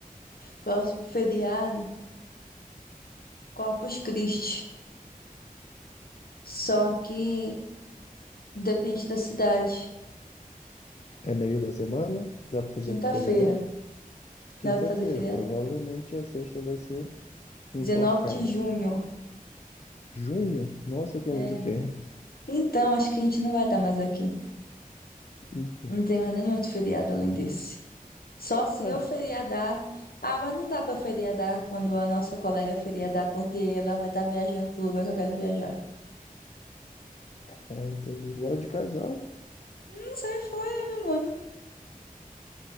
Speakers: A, on the left (about 85°); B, on the left (about 50°).
A: Próximo feriado, Corpus Christi. Só que depende da cidade.
B: É meio da semana, dá pra fazer
A: Quinta-feira,
B: feriadão. Quinta-feira,
A: dá pra fazer feriado?
B: provavelmente a sexta vai ser enforcada.
A: 19 de junho.
B: Junho, nossa, tem
A: É.
B: muito tempo.
A: Então, acho que a gente não vai estar mais aqui.
B: Então,
A: Não tem mais nenhum outro feriado além desse. Só se
B: ah,
A: eu feriadar. Ah, mas não dá pra eu feriadar quando a nossa colega feriadar, porque ela vai estar viajando pro lugar que eu quero viajar.
B: é, entendi. Agora de casal,
A: Não sai fora, meu mano.